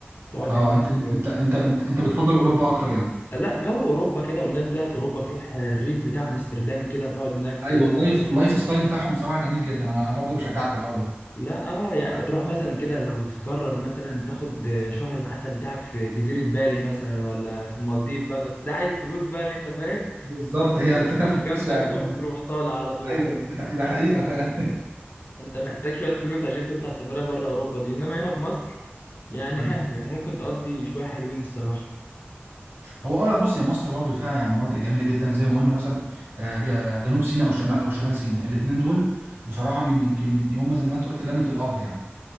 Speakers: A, on the left; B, on the right.
A: تقعد
B: اه
A: هناك
B: انت
A: آه،
B: انت انت انت, انت بتفضل اوروبا اكتر يعني
A: لا جو اوروبا كده والناس بتاعت اوروبا تروح آه، الريف بتاع امستردام كده تقعد هناك
B: ايوه
A: في
B: اللايف
A: الريف.
B: اللايف ستايل بتاعهم بصراحه جميل جدا انا انا برضه بشجعك في الحوار ده
A: لا اه يعني تروح مثلا كده لو تقرر مثلا تاخد آه، شهر العسل بتاعك في جزيره بالي مثلا ولا في المالديف بقى بس ده عايز فلوس بقى اللي انت فاهم
B: بالظبط هي
A: فلوس
B: الفكره في الفلوس
A: جامده
B: فعلا
A: كده وتروح طالع على طول
B: ايوه ده ده حقيقه فعلا
A: انت محتاج شويه فلوس عشان تطلع سفريه بره اوروبا دي انما هنا في مصر
B: <laughs>
A: يعني ها يعني ممكن تقضي شوية حلوين الصراحة
B: هو اه لا بص يا مصر برضو فيها يعني مناطق جميله جدا زي ما قلنا مثلا آه، ج- جنوب سيناء او شمال او شمال سيناء الاثنين دول بصراحه من يمكن من هم زي ما انت قلت جنه الارض يعني